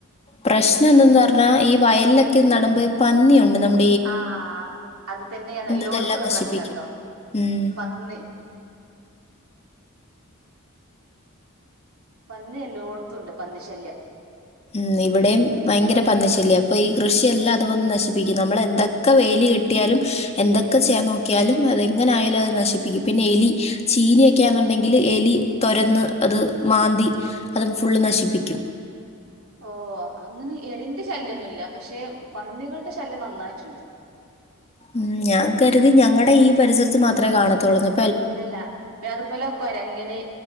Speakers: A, on the left; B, on the right.
A: പ്രശ്നം
B: ഈ
A: എന്തെന്നാ ന്നാ ഈ വയൽലൊക്കെ നടുമ്പോ പന്നിയുണ്ട് നമ്
B: ആഹ് അത് തന്നേണ് എല്ലോട്ത്തുള്ള
A: ഇതെല്ലാം നശിപ്പിക്കും
B: പ്രശ്നട്ടോ
A: ഉം.
B: പന്നി പന്നി എല്ലോട്ത്തുണ്ട് പന്നി ശല്ല്യം
A: മ് ഇവിടേയും ഭയങ്കര പന്നിശല്യാ അപ്പൊ ഈ കൃഷിയെല്ല അത് വന്ന് നശിപ്പിക്കും നമ്മളെന്ത ക്കവേലി കെട്ടിയാലും എന്തൊക്കെ ചെയാൻ നോക്കിയാലും അതെങ്ങനായാലും അത് നശിപ്പിക്കും പിന്നെ എലി ചീനി ഒക്യാന്നുണ്ടെങ്കില് എലി തൊരന്ന് അത് മാന്തി അതും ഫുള്ള് നശിപ്പിക്കും
B: ഓ അങ്ങനെ എലിന്റെ ശല്യ ഒന്നുംല്ല്യ പക്ഷേ പന്നികളുടെ ശല്യം നന്നായിട്ട്ണ്ട്
A: മ് ഞാൻ കരുതി ഞങ്ങടെ ഈ പരിസരത്ത് മാത്രേ കാണത്തൊള്ളുന്ന്
B: ഇല്ലല്ല പിന്നെ അതുപോലൊ കൊരങ്ങന്